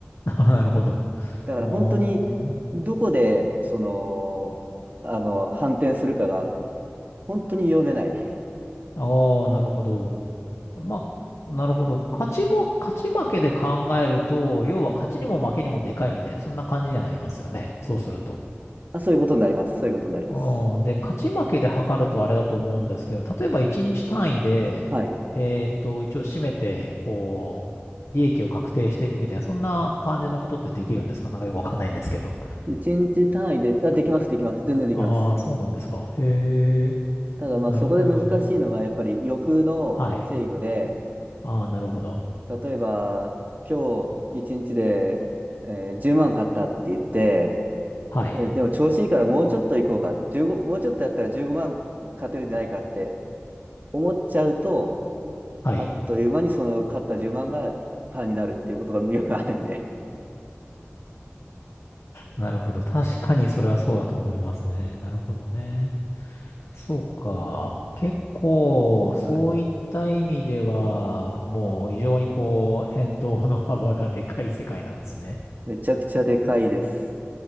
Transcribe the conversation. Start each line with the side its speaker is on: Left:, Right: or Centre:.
Left: <laughs> なるほど。
Right: だから本当に、
Left: おー。
Right: どこで、その、あの、反転するかが、本当に読めない。
Left: ああ、なるほど。まあ、なるほど。勝ちも、勝ち負けで考えると、要は勝ちにも負けにもでかいみたいな、
Right: はい。
Left: そんな感じにはなりますよね。そうすると。
Right: あ、そういうことになります。そういうことになります。
Left: うん。で、勝ち負けで測るとあれだと思うんですけど、例えば1日単位で、
Right: はい。
Left: えーっと、一応締めて、こう、利益を確定していくみたいな、そんな感じのことってできるんですかなんかよくわかんないんですけど。
Right: 一日単位で、あ、できます、できます。全然できます。
Left: ああ、そうなんですか。へえ、
Right: ただまあそこで難しいのがやっぱり欲の制御で、
Left: なるほど。はい。ああ、なるほど。
Right: 例えば今日一日で、えー10万買ったって言って、
Left: はい。
Right: えでも調子いいからもうちょっと行こうか、15、もうちょっとやったら15万勝てるんじゃないかって思っちゃうと、
Left: はい。
Right: あっという間にその勝った10万がパーになるっていうことがよくあるんで、
Left: なるほど。確かにそれはそうだと思いますね。なるほどね。そうか。結構、そういった意味では、
Right: はい。
Left: もう異常にこう、変動の幅がでかい世界なんですね。
Right: めちゃくちゃでかいです。